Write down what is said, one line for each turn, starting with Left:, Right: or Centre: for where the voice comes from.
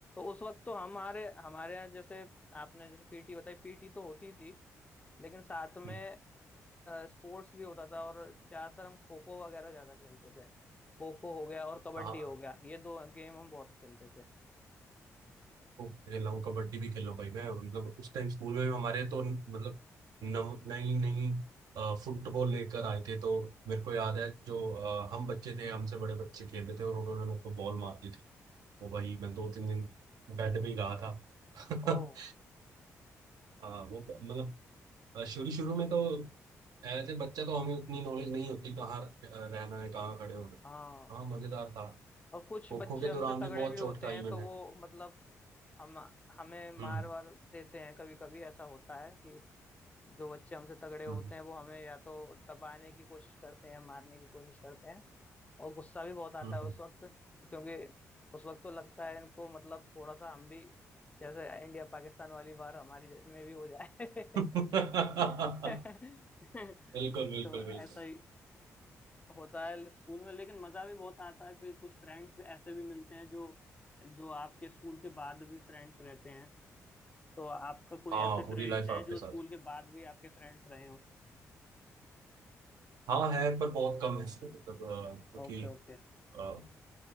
Left: उस वक्त तो हमारे हमारे यहाँ जैसे आपने जैसे पीटी बताई पीटी तो होती थी लेकिन साथ में
Right: हम्म,
Left: स्पोर्ट्स भी होता था और ज्यादातर हम खो खो वगैरह ज्यादा खेलते थे खो खो हो गया और कबड्डी
Right: हाँ
Left: हो गया ये दो गेम हम बहुत खेलते थे
Right: खूब खेला हूँ कबड्डी भी खेला हूँ भाई मैं मतलब उस टाइम स्कूल में हमारे तो न- मतलब नव नई नई अ, फुटबॉल लेकर आए थे तो मेरे को याद है जो अ, हम बच्चे थे हमसे बड़े बच्चे खेल रहे थे और उन्होंने मेरे को बॉल मार दी थी वो भाई मैं दो तीन दिन बेड पे ही रहा था <laughs>
Left: ओ
Right: हाँ वो ब- मतलब अ, शुरू शुरू में तो एज ए बच्चा तो हमें उतनी नॉलेज नहीं होती कहाँ र- रहना है कहाँ खड़े होना
Left: हाँ
Right: है हाँ मजेदार था
Left: और कुछ
Right: खोखो
Left: बच्चे
Right: के
Left: हमसे
Right: दौरान
Left: तगड़े
Right: भी बहुत
Left: भी होते
Right: चोट खाई
Left: हैं
Right: मैंने
Left: तो वो मतलब हम हमें मार
Right: हम्म
Left: वार देते हैं कभी कभी ऐसा होता है कि जो बच्चे हमसे तगड़े होते
Right: हम्म
Left: हैं वो हमें या तो दबाने की कोशिश करते हैं मारने की कोशिश करते हैं और गुस्सा भी बहुत आता
Right: हम्म,
Left: है
Right: हम्म।
Left: उस वक्त क्योंकि उस वक्त तो लगता है इनको मतलब थोड़ा सा हम भी जैसे इंडिया पाकिस्तान वाली वार हमारी में भी हो जाए <laughs>
Right: <laughs> बिल्कुल बिल्कुल
Left: तो
Right: बिल्कुल
Left: ऐसा ही होता है स्कूल में लेकिन मजा भी बहुत आता है कि कुछ फ्रेंड्स भी ऐसे भी मिलते हैं जो जो आपके स्कूल के बाद भी फ्रेंड्स रहते हैं तो आपका कोई
Right: हाँ
Left: ऐसे
Right: पूरी
Left: फ्रेंड्स
Right: लाइफ
Left: हैं
Right: आपके
Left: जो
Right: साथ
Left: स्कूल के बाद भी आपके फ्रेंड्स रहे हो
Right: हाँ है पर बहुत कम है मतलब अ, क्योंकि
Left: Okay okay
Right: अ,